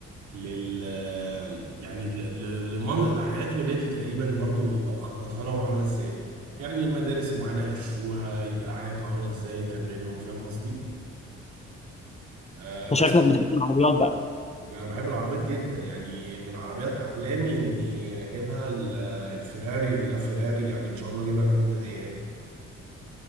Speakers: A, on the right; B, on the left.
A: لل آه، يعني ل- ل- لمن- لحياه ولادي تقريبا برضو ببقى مخططها لهم عامله ازاي يعني المدارس المعينه يخشوها يبقى حياتهم عامله ازاي تمرينهم فاهم قصدي آه، بس
B: أنت شكلك بتحب العربيات بقى
A: انا بحب العربيات جدا يعني من عربيات احلامي اني اجيبها ال- الفيراري اللا فيراري يعني ان شاء الله اجيبها في يوم من الايام